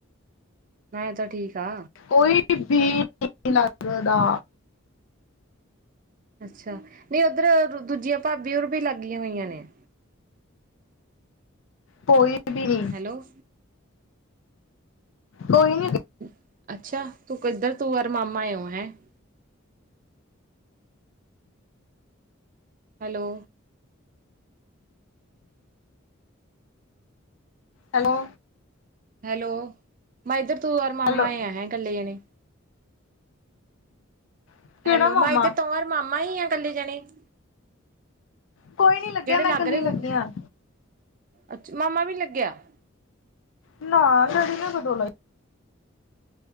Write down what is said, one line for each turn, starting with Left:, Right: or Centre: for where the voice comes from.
Right: ਮੈਂ ਤਾਂ ਠੀਕ ਆ।
Left: ਕੋਈ ਵੀ ਨਹੀਂ ਲੱਗਦਾ।
Right: ਅੱਛਾ, ਨਹੀਂ ਉੱਧਰ ਦੂਜੀਆਂ ਭਾਬੀ ਓਰ ਵੀ ਲਾਗੀਆਂ ਹੋਈਆਂ ਨੇ।
Left: ਕੋਈ ਵੀ ਨੀ,
Right: ਹੈਲੋ
Left: ਕੋਈ ਨੀ।
Right: <inaudible> ਹੈਲੋ।
Left: ਹੈਲੋ।
Right: <inaudible>
Left: ਹੈਲੋ ਕਿਹੜਾ
Right: ਹੈਲੋ
Left: ਮਾਮਾ
Right: ਮੈਂ ਇੱਧਰ ਤੋਂੋ ਵਾਰ ਮਾਮਾ ਹੀ ਆ ਇਕੱਲੇ ਜਾਣੇ। <inaudible>
Left: ਕੋਈ ਨੀ ਲੱਗਿਆ
Right: ਜਿਹੜੇ ਲੱਗ
Left: ਮੈਂ ਕੱਲੀ
Right: ਰਹੇ ਉਹ
Left: ਲੱਗੀ ਆ
Right: ਅੱਛਾ ਮਾਮਾ ਵੀ ਨੀ ਲੱਗਿਆ। <inaudible>
Left: ਨਾ ਲੜੀ ਮ ਕ ਦੋਂ ਲਾਈ। <inaudible>